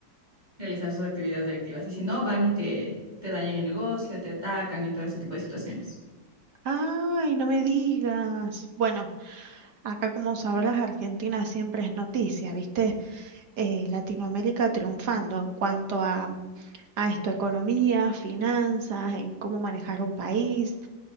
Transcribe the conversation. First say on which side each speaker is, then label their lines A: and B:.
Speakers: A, on the right (about 20°); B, on the right (about 60°).
A: realizar sus actividades delictivas. Y si no, van y te, te dañan el negocio, te atacan y todo ese tipo de situaciones.
B: Ay, no me digas. Bueno, acá como sabrás, Argentina siempre es noticia, ¿viste? Eh, Latinoamérica triunfando en cuanto a, a esto, economía, finanzas, en cómo manejar un país.